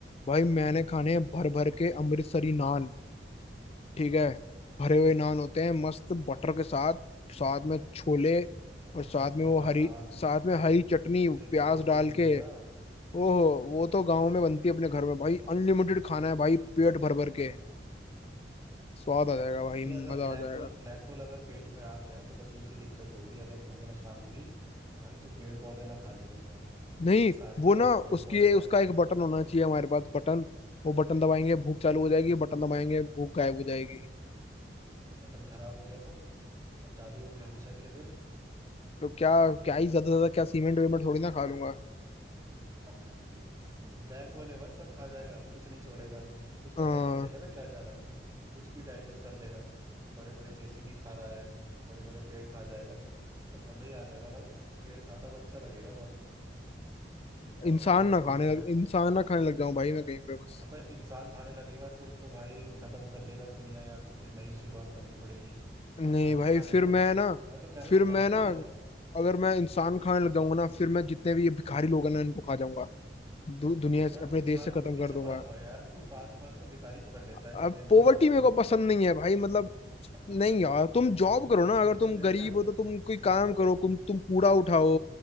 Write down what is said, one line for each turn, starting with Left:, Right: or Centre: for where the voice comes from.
Left: भाई मैंने खाने
Right: हाँ।
Left: हैं भर भर के अमृतसरी नान ठीक है
Right: ओहो
Left: भरे हुए नान होते हैं मस्त बटर के साथ साथ में छोले
Right: भाई
Left: और साथ
Right: सरसों
Left: में वो
Right: का
Left: हरी
Right: साग
Left: साथ में हरी चटनी
Right: मक्के
Left: प्याज
Right: की रोटी
Left: डाल
Right: भूल
Left: के
Right: गया
Left: ओहो वो तो गाँव में बनती है अपने घर में भाई अनलिमिटेड खाना है भाई पेट
Right: जोरदार
Left: भर भर के स्वाद आ जाएगा
Right: बस
Left: भाई
Right: ये अगर
Left: मजा
Right: ब्लैक
Left: आ जाएगा
Right: होल ब्लैक होल अगर पेट में आ गया तो बस एक ही दिक्कत होगी अगर भूख ना शांत हुई तो भाई तू पेड़ पौधे ना खा ले कहीं जाके
Left: नहीं
Right: सारे
Left: वो
Right: के सारे
Left: ना
Right: पेड़
Left: उसकी
Right: पौधे गायब
Left: उसका
Right: हो
Left: एक
Right: जाए
Left: बटन होना चाहिए हमारे पास बटन वो बटन दबाएंगे भूख चालू हो जाएगी बटन दबाएंगे भूख गायब हो जाएगी
Right: तो बटन खराब हो गया तो और चालू हो गई हमेशा के लिए फिर
Left: तो क्या क्या ही ज्यादा ज्यादा क्या सीमेंट वेमेंट
Right: <laughs>
Left: थोड़ी ना खा लूंगा
Right: ब्लैक होल है भाई सब खा जाएगा कुछ नहीं छोड़ेगा कुछ
Left: आ,
Right: पता नहीं चलेगा ना क्या जा रहा है कुछ भी डाइजेस्ट कर लेगा बड़े बड़े जेसीबी खा रहा है बड़े बड़े पेड़ खा जाएगा <laughs> तो मजा ही आ जाएगा भाई पेड़ खाता हुआ अच्छा लगेगा बहुत देखना
Left: इंसान
Right: पड़ेगा कैसे
Left: ना खाने
Right: करेगा
Left: लग इंसान ना खाने लग जाऊं भाई मैं कहीं पे बस
Right: अबे इंसान खाने लगेगा फिर तो भाई खत्म कर देगा दुनिया यार तो फिर नई शुरुआत करनी पड़ेगी
Left: नहीं
Right: तू धरती
Left: भाई
Right: खा
Left: फिर
Right: जा भाई
Left: मैं ना
Right: मैं तो कह रहा
Left: फिर
Right: हूँ तू
Left: मैं
Right: धरती
Left: ना
Right: निकल जा
Left: अगर मैं इंसान खाने लग जाऊंगा ना फिर मैं जितने भी ये भिखारी लोग हैं ना इनको खा जाऊंगा दु, दुनिया से
Right: यार
Left: अपने
Right: तू भिखारियों
Left: देश से खत्म
Right: के पीछे
Left: कर दूंगा
Right: पड़ा हुआ है यार तू बात बात पे भिखारी पकड़ लेता है
Left: अब
Right: कि मैं इनको
Left: पोवर्टी
Right: खा जाऊंगा
Left: मेरे को पसंद नहीं है भाई मतलब
Right: <laughs>
Left: नहीं यार तुम जॉब करो ना अगर तुम
Right: अरे
Left: गरीब
Right: यार,
Left: हो तो तुम कोई काम करो तुम तुम कूड़ा उठाओ